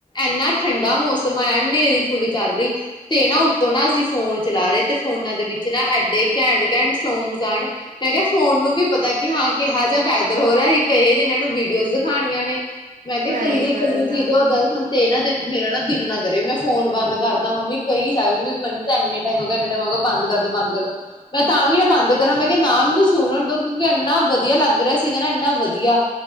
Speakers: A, on the left (about 30°); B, on the right (about 60°).
A: ਇੰਨਾਂ ਠੰਡਾ ਮੌਸਮ ਆਇਆ ਹਨੇਰੀ ਫੁੱਲ ਚੱਲ ਰਹੀ ਤੇ ਨਾਂ ਤੋਂ ਨਾ ਅਸੀਂ ਫੋਨ ਚਲਾ ਰਹੇ ਤੇ ਫੋਨਾਂ ਦੇ ਵਿੱਚ ਨਾ ਐਡੇ ਘੈਂਡ ਘੈਂਡ ਸੌਂਗਸ ਆਣ ਮੈਂ ਕਿਆ ਫੋਨ ਨੂੰ ਵੀ ਪਤਾ ਕਿ ਹਾਂ ਕਿ ਕੇਹੋ ਜਿਹਾ ਵੈਦਰ ਹੋ ਰਿਹਾ ਐ ਕਿਹੇ ਜਿ ਇਹਨਾਂ ਨੂੰ ਵੀਡੀਓ ਖਾਣੀਆਂ ਨੇ ਮੈਂ ਕਿਆ
B: ਸਹੀ
A: ਕੱਲੀ-ਕੱਲੀ
B: ਗੱਲ
A: ਚੀਜ਼ਾਂ
B: ਆ,
A: ਉੱਦਾਂ ਖਾਂ ਤੇ ਨਾਂ ਦੇ ਮੇਰਾ ਨਾ ਦਿਲ ਨਾ ਕਰੇ ਮੈਂ ਫੋਨ ਬੰਦ ਕਰਦਾ ਮੰਮੀ ਕਹੀ ਜਾਵੇ ਵੀ ਮਨ ਤਾਂ ਇੰਨ ਟਾਈਮ ਟਾਈਮ ਬੰਦ ਕਰਦ ਬੰਦ ਕਰਦੋ ਮੈਂ ਤਾਂ ਵੀ ਨਾ ਬੰਦ ਕਰਾਂ ਮੈਂ ਨਾਮ ਮੈਨੂੰ ਸੁਣਨ ਤੋਂ ਕਿਉਂਕਿ ਇੰਨਾ ਵਧੀਆ ਲੱਗ ਰਿਹਾ ਸੀਗਾ ਨਾ ਇੰਨਾ ਵਧੀਆ।